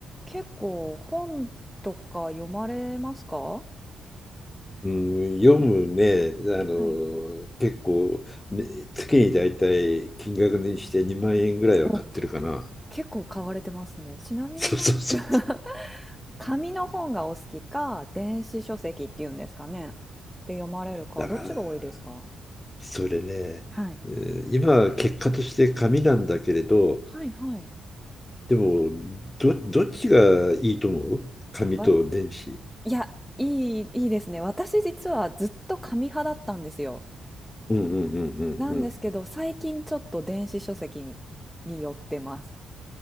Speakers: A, in the centre; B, on the left (about 20°).
A: 結構本とか読まれますか？
B: うん、読むね、あの、
A: はい。
B: 結構、ね、月にだいたい金額にして2万円ぐらいは買ってるかな。
A: お、結構買われてますね。ちなみになんか
B: <laughs> そうそうそう。
A: <laughs> 紙の本がお好きか、電子書籍っていうんですかね。で読まれるか、
B: だから、
A: どっちが多いですか？
B: それね、
A: はい。
B: えー今は結果として紙なんだけれど、
A: はいはい。
B: でも、ど、どっちがいいと思う紙と電子。
A: わ、いや、いい、いいですね。私実はずっと紙派だったんですよ。
B: うんうんうんうん
A: なんですけど、
B: うん。
A: 最近ちょっと電子書籍に寄ってます。